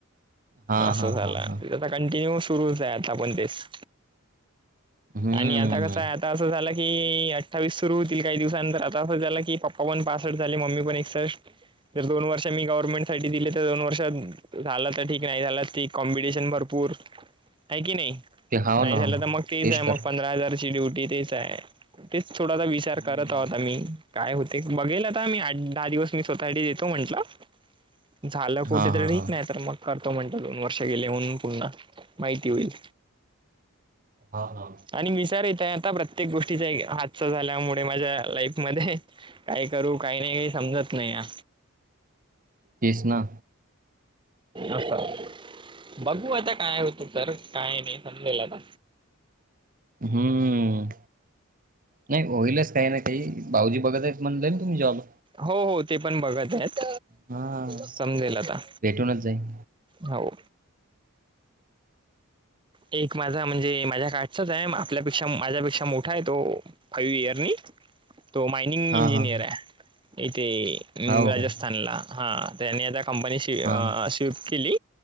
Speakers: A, on the right; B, on the right.
A: हा
B: असं
A: हा
B: झालं
A: हा
B: आता
A: हा
B: कंटिन्यू सुरूच आहे आता पण तेच.
A: हम्म
B: आणि आता कस आहे आता असं झालं की अठ्ठावीस सुरु होतील काही दिवसानंतर आता असं झालं की पप्पा पण पासष्ट झाले मम्मी पण एकसष्ट जर दोन वर्ष मी गवर्नमेंसाठी येत्या दोन वर्षात झालं तर ठीक, नाही झालं तर ठीक. कॉम्पिटिशन भरपूर, आहे की नाही?
A: ते हाव
B: नाही
A: ना
B: झालं
A: हो ना
B: तर मग, फीज
A: तेच
B: आहे
A: तर
B: मग पंधरा हजार ची ड्युटी तीच आहे. तेच थोडासा विचार
A: हम्म
B: करत आहोत आम्ही. काय होतंय, ते बघेल. आता मी आठ-दहा दिवस, मी स्वतःसाठी देतो म्हंटलं. झालं
A: हा
B: कुठेतरी,
A: हा
B: ठीक.
A: हा
B: नाही तर, मग करतो म्हणलं दोन वर्ष गेले म्हणून पून्हा, माहिती होईल.
A: हा.. हा.
B: आणि विचार येते, आता प्रत्येक गोष्टीचा एक हादसा झाल्यामुळे माझ्या लाईफमध्ये. काय करू? काय नाही? समजत नाही अ.
A: तेच ना.
B: आता, बघू आता काय होतंय तर? काय नाही, समजेल आता.
A: हमं. नाही होईलच काही ना काही भाऊजी बघत आहेत म्हणले तुम्ही जॉब.
B: हो हो ते पण बघत आहेत
A: हा
B: समजेल आता.
A: भेटूनच जाईन.
B: हो. एक माझा म्हणजे माझ्या काठचाच आहे आपल्यापेक्षा माझ्यापेक्षा मोठा आहे तो. फाईव्ह इयर नी. तो मायनिंग
A: हा
B: इंजिनियर
A: हा
B: आहे इथे
A: हा हो
B: राजस्थानला.
A: काय
B: हा त्यांनी आता कंपनीशी अ
A: हा
B: स्विफ्ट केली